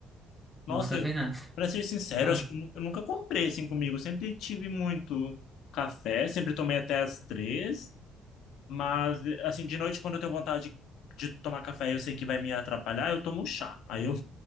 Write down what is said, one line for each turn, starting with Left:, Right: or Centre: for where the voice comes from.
Left: Nossa,
Centre: Tomo descafeinado.
Left: eu- pra ser sincero,
Centre: Ah,
Left: acho que eu nu- eu nunca comprei assim comigo. Sempre tive muito café, sempre tomei até as três. Mas, assim, de noite, quando eu tenho vontade de tomar café, eu sei que vai me atrapalhar, eu tomo chá. Aí eu